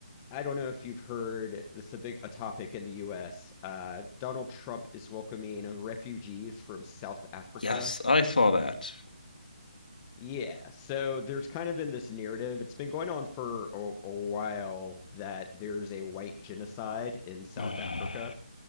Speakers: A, on the left; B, on the left.
A: I don't know if you've heard this is a big a topic in the US. Uh Donald Trump is welcoming refugees from South Africa.
B: Yes, I saw that.
A: Yeah, so there's kind of been this narrative. It's been going on for a, a while that there's a white genocide in South
B: <sighs>
A: Africa.